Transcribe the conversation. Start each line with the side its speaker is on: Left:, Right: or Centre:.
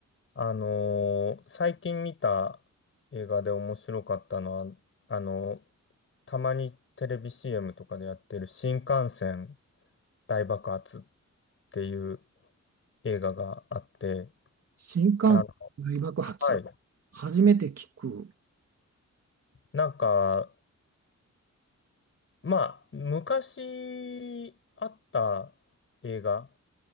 Left: あのー最近見た映画で面白かったのは、あのーたまにテレビ CM とかでやってる新幹線大爆発っていう映画があって、
Right: 新幹線大爆発。
Left: あの、はい。
Right: 初めて聞く。
Left: なんか、まあ、昔あった映画